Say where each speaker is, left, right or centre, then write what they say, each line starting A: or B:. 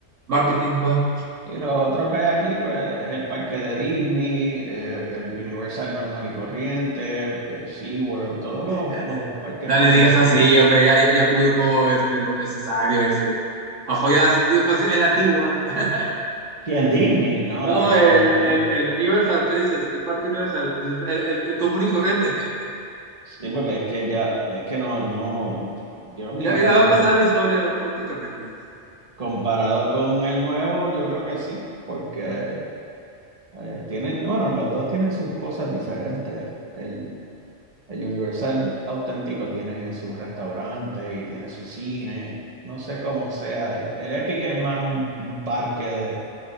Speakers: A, on the right (about 75°); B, on the right (about 30°).
A: marketing, va.
B: Y lo otro que hay aquí, pues, es el parque de Disney, eh, el Universal normal y corriente, eh, SeaWorld, todos los,
A: <laughs>
B: los parques
A: No
B: comerciales.
A: le digas así, hombre, ya, ya- ya produjo este, lo necesario ese, ya. Ojo, ya, pues el antiguo, ¿va? <laughs>
B: ¿Quién Disney? No,
A: No,
B: de esa
A: el,
B: gente.
A: el, el Universal, ¿qué dices? El Parque Universal, dices, el, el- el común y corriente. <laughs>
B: Sí, porque es que ya, es que no, no, yo me
A: Ya,
B: imagino
A: ya va a pasar
B: que
A: la historia prácticamente, dices.
B: comparado con el nuevo, yo creo que sí, porque
A: Ah,
B: Eh, tienen, bueno, los dos tienen sus cosas diferentes. El, el Universal auténtico tiene su restaurante y tiene su cine. No sé cómo sea. El, el Epic es más un, un parque, de-